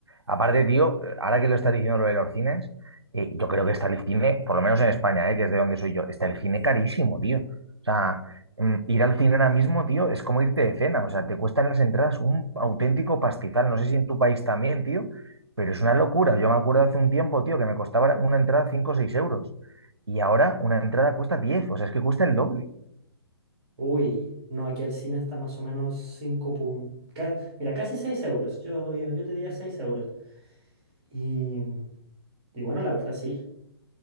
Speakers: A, on the right (about 75°); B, on the right (about 25°).
A: Aparte, tío, ahora que lo está diciendo lo de los cines, eh, yo creo que está el cine, por lo menos en España, eh, que es de donde soy yo, está el cine carísimo, tío. O sea, mm, ir al cine ahora mismo, tío, es como irte de cena. O sea, te cuestan las entradas un auténtico pastizal. No sé si en tu país también, tío, pero es una locura. Yo me acuerdo hace un tiempo, tío, que me costaba una entrada 5 o 6 euros. Y ahora una entrada cuesta 10. O sea, es que cuesta el doble.
B: Uy, no, aquí el cine está más o menos 5 puntos. Mira, casi 6 euros. Yo, yo, yo te diría 6 euros. Y, y bueno, la verdad sí,